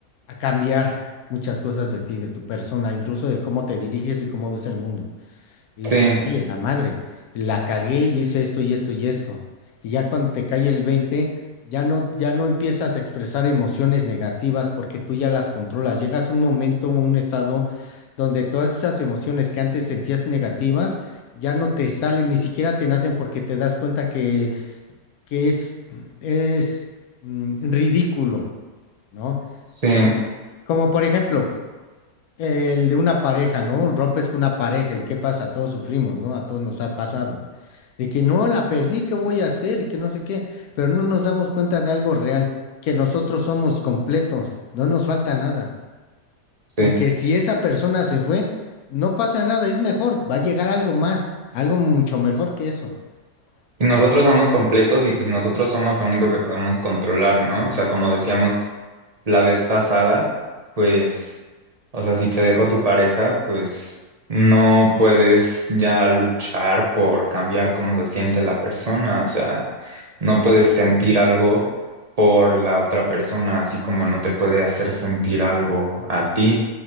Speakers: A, on the left; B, on the right.
A: a cambiar muchas cosas de ti, de tu persona, incluso del cómo te diriges y cómo ves el mundo. Y dices,
B: sí,
A: ay, en la madre, la cagué y hice esto y esto y esto. Y ya cuando te cae el 20, ya no, ya no empiezas a expresar emociones negativas porque tú ya las controlas. Llegas a un momento, un estado donde todas esas emociones que antes sentías negativas, ya no te salen, ni siquiera te nacen porque te das cuenta que, que es, es mm, ridículo ¿no?
B: sí,
A: Como, como por ejemplo, el de una pareja, ¿no? Rompes con una pareja y ¿qué pasa? Todos sufrimos, ¿no? A todos nos ha pasado. De que no, la perdí, ¿qué voy a hacer? Y que no sé qué, pero no nos damos cuenta de algo real, que nosotros somos completos, no nos falta nada.
B: sí.
A: Y que si esa persona se fue, no pasa nada, es mejor, va a llegar algo más, algo mucho mejor que eso,
B: Y nosotros
A: ¿no?
B: somos completos y pues nosotros somos lo único que podemos controlar, ¿no? O sea, como decíamos la vez pasada, pues, o sea, si te dejó tu pareja, pues no puedes ya luchar por cambiar cómo se siente la persona, o sea, no puedes sentir algo por la otra persona, así como no te puede hacer sentir algo a ti.